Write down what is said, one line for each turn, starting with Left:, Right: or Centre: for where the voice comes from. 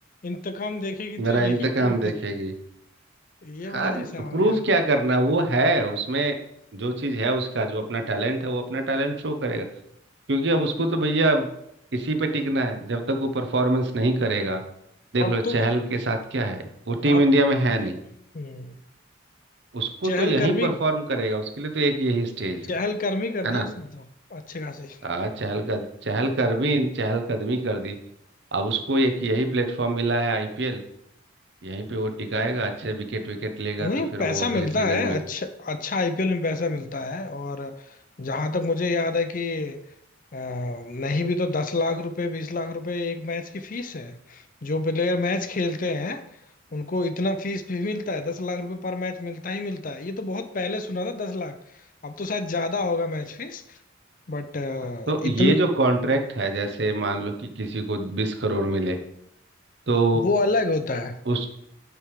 Left: इंतकाम देखेगी
Right: मेरा
Left: तो यही
Right: इंतकाम
Left: प्रूव
Right: देखेगी
Left: कर ये
Right: अरे
Left: वाला हिसाब
Right: तो प्रूफ
Left: हो गया
Right: क्या करना वो है उसमें जो चीज है उसका जो अपना टैलेंट है वो अपना टैलेंट शो करेगा क्योंकि अब उसको तो भैया इसी पे टिकना है जब तक वो परफॉर्मेंस नहीं करेगा देख
Left: अब
Right: लो चहल
Left: तो
Right: के साथ क्या है वो टीम
Left: अब
Right: इंडिया में है नहीं
Left: हम्म,
Right: उसको
Left: चहलकर्मी
Right: तो यहीं परफॉर्म करेगा उसके लिए तो एक यही स्टेज है
Left: चहलकर्मी कर
Right: है ना
Left: दी उसने तो अच्छे खासे
Right: आ, चहल का चहल कर्मी चहल कदमी कर दी अब उसको एक यही प्लेटफॉर्म मिला है आईपीएल यहीं पे वो टिकाएगा अच्छे विकेट विकेट लेगा
Left: नहीं
Right: तो फिर
Left: पैसा
Right: वो अगले
Left: मिलता
Right: सीजन
Left: है अच्छा
Right: में
Left: अच्छा आईपीएल में पैसा मिलता है और जहां तक मुझे याद है कि अ, नहीं भी तो दस लाख रुपए बीस लाख रुपए एक मैच की फीस है जो प्लेयर मैच खेलते हैं उनको इतना फीस भी मिलता है दस लाख रुपए पर मैच मिलता ही मिलता है ये तो बहुत पहले सुना था दस लाख अब तो शायद ज्यादा होगा मैच फीस बट
Right: तो ये
Left: इतना
Right: जो कॉन्ट्रैक्ट है जैसे मान लो कि किसी को बीस करोड़ मिले तो
Left: वो अलग होता है
Right: उस